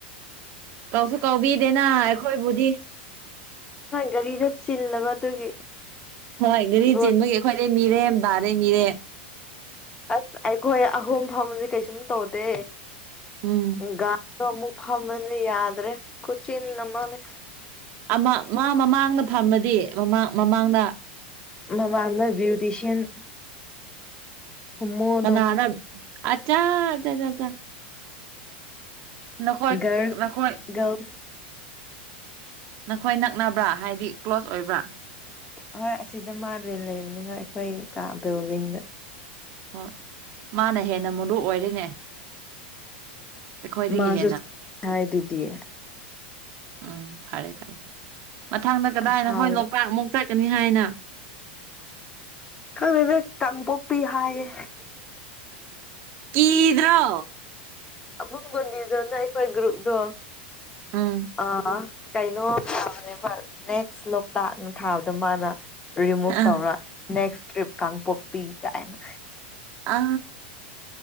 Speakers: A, on the right; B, on the left.
A: ꯀꯧꯁꯨ ꯀꯧꯕꯤꯗꯦꯅ ꯑꯩꯈꯣꯏꯕꯨꯗꯤ
B: ꯒꯔꯤꯒ ꯆꯤꯜꯂꯕ ꯑꯗꯨꯒꯤ
A: ꯍꯣꯏ ꯒꯥꯔꯤ
B: ꯕꯣꯜ
A: ꯆꯤꯟꯕꯒꯤ ꯑꯩꯈꯣꯏꯗꯤ ꯃꯤꯔꯦꯝ ꯇꯥꯔꯦ ꯃꯤꯔꯦꯝ
B: ꯑꯁ ꯑꯩꯈꯣꯏ ꯑꯍꯨꯝ ꯐꯝꯕꯗꯤ ꯀꯩꯁꯨꯝ ꯇꯧꯗꯦ
A: ꯎꯝ
B: ꯒꯥ ꯗꯣ ꯑꯃꯨꯛ ꯐꯝꯃꯅꯤ ꯌꯥꯗ꯭ꯔꯦ ꯈꯨꯆꯤꯟ ꯑꯃꯅꯤ
A: ꯃꯥ ꯃꯥ ꯃꯃꯥꯡꯗ ꯐꯝꯃꯗꯤ ꯃꯃꯥꯡ ꯃꯃꯥꯡꯗ
B: ꯃꯃꯥꯡꯗ ꯕ꯭ꯌꯨꯇꯤ ꯁꯤꯟ ꯍꯣꯃꯣꯗꯣ
A: ꯀꯅꯥꯅ ꯑꯆꯥ ꯑꯆꯥ ꯆꯥ ꯆꯥ ꯅꯈꯣꯏ
B: ꯒꯔꯜ
A: ꯅꯈꯣꯏ
B: ꯒꯔꯜꯁ
A: ꯅꯈꯣꯏ ꯅꯛꯅꯕ꯭ꯔꯥ ꯍꯥꯏꯗꯤ ꯀ꯭ꯂꯣꯁ ꯑꯣꯏꯕ꯭ꯔꯥ
B: ꯍꯣꯏ ꯑꯁꯤꯗ ꯃꯥ ꯔꯦꯟ ꯂꯩꯕꯅꯤ ꯍꯣꯏ ꯑꯩꯈꯣꯏ ꯀꯥ ꯕꯤꯜꯗꯤꯡꯗ
A: ꯍꯣꯏ ꯃꯥꯅ ꯍꯦꯟꯅ ꯃꯔꯨ ꯑꯣꯏꯔꯦꯅꯦ ꯑꯩꯈꯣꯏꯗꯒꯤ
B: ꯃꯥ
A: ꯍꯦꯟꯅ
B: ꯁꯁ ꯍꯥꯏꯗꯨꯗꯤ
A: ꯎꯝ ꯐꯔꯦ ꯐꯔꯦ ꯃꯊꯪꯗ ꯀꯗꯥꯏꯅ
B: ꯁꯥꯎꯔꯤꯔꯥ
A: ꯍꯣꯏ ꯂꯣꯛꯇꯥꯛ ꯑꯃꯨꯛ ꯆꯠ ꯀꯅꯤ ꯍꯥꯏꯅ
B: ꯈꯪꯅ ꯀꯥꯡꯄꯣꯛꯄꯤ ꯍꯥꯏꯌꯦ
A: ꯀꯗ꯭ꯔꯣ
B: ꯑꯕꯨꯡꯒꯣꯟꯗꯤꯤꯗꯅ ꯑꯩꯈꯣꯏ ꯒ꯭ꯔꯨꯞꯗ
A: ꯎꯝ
B: ꯑ ꯀꯩꯅꯣ ꯊꯥꯕꯅꯦ ꯅꯦꯛꯁ ꯂꯣꯛꯇꯥꯛꯅ ꯊꯥꯕꯗ ꯃꯥꯅ ꯔꯤꯃꯨꯚ
A: ꯑꯥ
B: ꯇꯧꯔ ꯅꯦꯛꯁ ꯇ꯭ꯔꯤꯞ ꯀꯥꯡꯄꯣꯛꯄꯤ ꯀꯥꯏꯅ
A: ꯑ